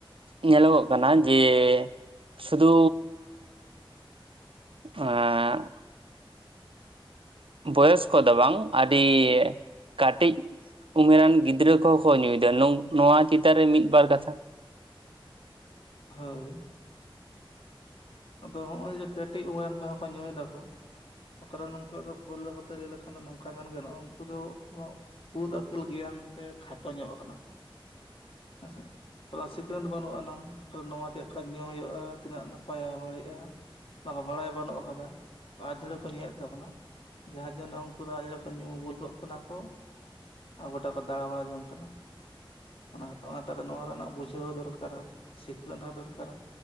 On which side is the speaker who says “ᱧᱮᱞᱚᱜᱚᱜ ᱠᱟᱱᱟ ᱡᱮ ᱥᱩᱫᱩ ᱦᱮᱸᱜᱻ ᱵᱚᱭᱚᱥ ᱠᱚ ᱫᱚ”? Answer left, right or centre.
Right